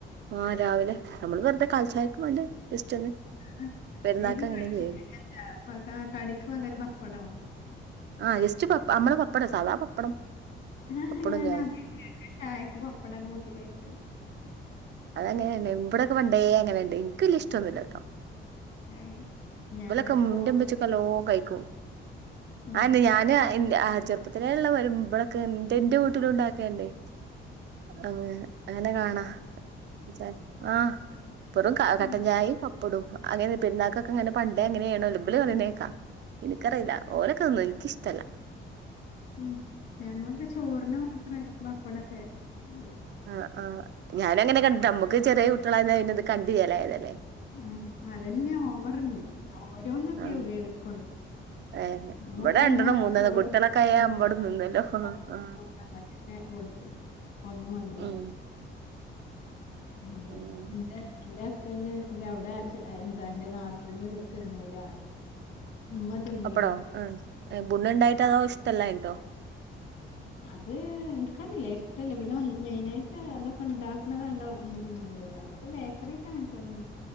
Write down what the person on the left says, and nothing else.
ആഹ്
അയ്ക്ക്
കടി എന്താ പക കടിക്ക് പകരം പപ്പടോ
ആഹ്
ഞാനാദ്യായിട്ട്
കേക്കുവാ ചായക്ക് പപ്പടം കൂട്ടി കഴിക്കല്
അയ് ഞങ്ങളെ
ചോറ്
ഉം
ഉം
ഉം ഞങ്ങളൊക്കെ ചോറിന് മാത്രേ പപ്പടൊക്കെ എ
ആഹ് അതന്നെ ഓവറേല്ലേ ഓരോന്നൊക്കെ
ഉപയോഗിക്കൊള്ളൂ
ഇന്നിപ്പോ
ഉമ്മ
ചോറ്ണ്ടാക്കി
തന്നപ്പോ
<unintelligible>
അങ്ങട്ടന്നേ കൊടുത്ത് ഒന്ന് മതീ
അറിഞ്ഞിട്ട് പിന്നെ
ഇന്റെ ഇന്റെ ഹസ് സ്ബന്റ് വീട്ടില് അവടെ എന്താ ഇന്റെ നാത്തൂന് തിന്നൂല ഉമ്മ തിന്നൂല
അത് ഇൻക്കറിയില്ലേ ഇഷ്ടല്ല പിന്നെ വ മെയിനായിട്ട് അതൊക്കെ ഇണ്ടാക്കണ കണ്ടാ ഒന്നും തിന്നൂലല്ലോ അതാ ബേക്കറിയൊക്കെ അങ്ങനെതന്നെ